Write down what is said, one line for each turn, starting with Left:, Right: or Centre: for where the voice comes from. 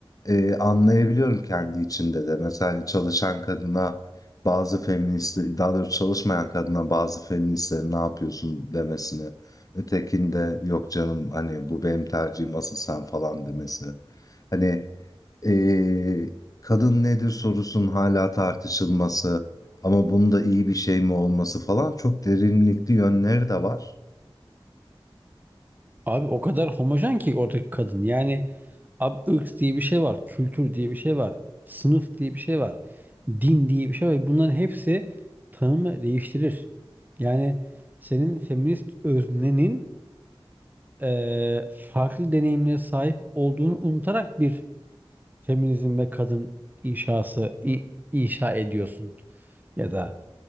Left: eee, anlayabiliyorum kendi içinde de. Mesela, hani, çalışan kadına bazı feministlerin, daha doğrusu çalışmayan kadına bazı feministlerin "Ne yapıyorsun?" demesini, ötekinde "Yok canım, hani, bu benim tercihim, asıl sen." falan demesi. Hani, eee, kadın nedir sorusunun hâlâ tartışılması ama bunun da iyi bir şey mi olması falan çok derinlikli yönleri de var.
Right: Abi o kadar homojen ki oradaki kadın. Yani abi ırk diye bir şey var, kültür diye bir şey var, sınıf diye bir şey var, din diye bir şey var ve bunların hepsi tanımı değiştirir. Yani senin feminist öznenin eee, farklı deneyimlere sahip olduğunu unutarak bir feminizm ve kadın inşası i- inşa ediyorsun ya da